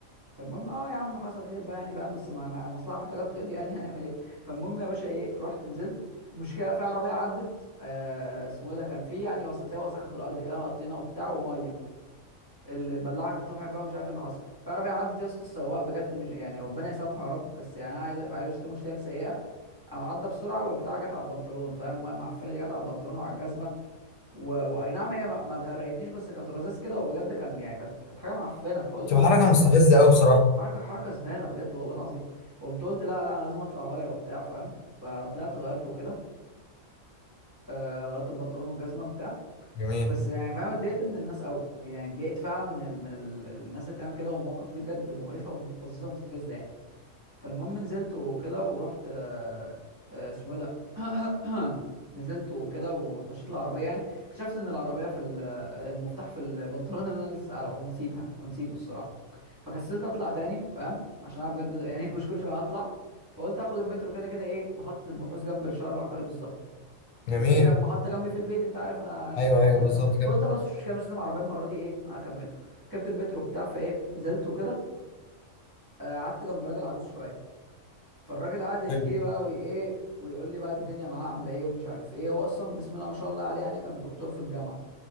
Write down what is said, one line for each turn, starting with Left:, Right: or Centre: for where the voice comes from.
Right: فالمهم اه يا عم حصل خير بقى يعني فاهم بس ما ما- المصلحه محتاجه تقضي يعني <laughs> هنعمل ايه فالمهم يا باشا ايه رحت نزلت مشكله في عربيه عدت آه اسمه ايه ده كان في يعني وس... زي وسخه في الارض كده طينه وبتاع وميه ال- البلاعه كانت طفحت بقى مش عارف إيه اللي حصل في عربيه عدت يا اسطى السواق بجد مش يعني ربنا يسامحه يا رب بس يعني انا عايز عايز اشتمه شتايم سيئه قام عدى بسرعه والبتاعه جت على البنطلون فاهم الميه المعفنه دي جت على البنطلون وعلى الجزمه و... واي نعم هي ما, ما اتغرقتنيش بس كانت رذاذ كده وبجد كان يعني كانت كانت حاجه معفنه فقلت
Left: تبقى
Right: لا
Left: حركه
Right: انا لازم
Left: مستفزه قوي بصراحه
Right: حركه حركه زباله بجد والله العظيم وقمت قلت لا لا انا لازم اطلع اغير وبتاع فاهم فطلعت غيرت وكده آه غيرت البنطلون والجزمه وبتاع
Left: جميل
Right: بس يعني فاهم اتضايقت من الناس قوي يعني اتضايقت فعلا من ال... من ال... الناس اللي بتعمل كده والمواقف دي بجد مقرفه ومقززه ومستفزه يعني فالمهم نزلت وكده ورحت آه، آه، اسمه ايه ده <coughs> <clears throat> نزلت وكده واتمشيت العربيه يعني اكتشفت ان العربيه في ال- آه، المفتاح في البنطلون اللي انا لسه قلعه ونسيتها ونسيته الصراحه فكسلت اطلع تاني فاهم عشان انا بجد <laughs> يعني كل كل شويه هطلع فقلت اخد المترو كده كده ايه محطه البحوث جنب الشارع العقاري بالظبط
Left: جميل
Right: وكده كده محطه جنبي في البيت انت عارف انا كده
Left: ايوه
Right: كده باخد
Left: ايوه
Right: المترو
Left: بالظبط جامد
Right: فقلت خلاص مش كده مش لازم عربيه المره دي ايه انا هركب مترو ركبت المترو بتاع فايه نزلت وكده آه، قعدت جنب راجل عجوز شويه فالراجل قعد يحكي
Left: حلو
Right: لي بقى وايه ويقول لي بقى الدنيا معاه عامله ايه ومش عارف ايه هو اصلا بسم الله ما شاء الله عليه يعني كان دكتور في الجامعه